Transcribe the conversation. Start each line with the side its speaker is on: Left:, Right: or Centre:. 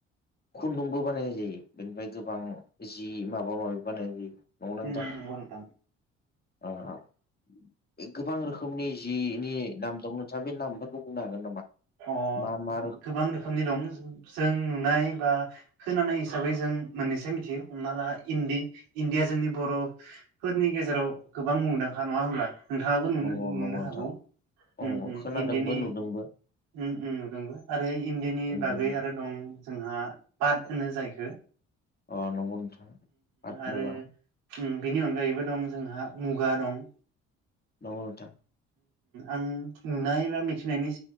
Left: खुन्दुंबो बानायनाय जायो बेनिफ्राय गोबां जि माबा माबि बानायनाय दं ना नोंथां
Right: उम नंगौ नोंथां
Left: ओ गोबां रोखोमनि जिनि नाम दं नोंथाङा बे नामफोरखौ बुंनो हागोन नामा
Right: अ
Left: मा मा
Right: गोबां रोखोमनि दं जों नुनाय बा होनानै हिसाबै जों मोननैसो मिथियो हमना ला इन्दि इन्दिया जोंनि बर' फोरनि गेजेराव गोबां मुंदांखा नङा होमब्ला? नोंथाङाबो नुनो
Left: नंगौ नंगौ नोंथां
Right: हागौ
Left: औ
Right: इन्दिनि
Left: खोनादोंबो नुदोंबो
Right: नुदोंबो आरो इन्दिनि
Left: अ
Right: बागै आरो दं जोंहा पाट होनो जायखो
Left: अ नंगौ नोंथां। पाट मुगा
Right: आरो बिनि अनगायैबो दं जोंहा मुगा दं।
Left: औ नोंथां।
Right: आं नुनाय बा मिथिनायनि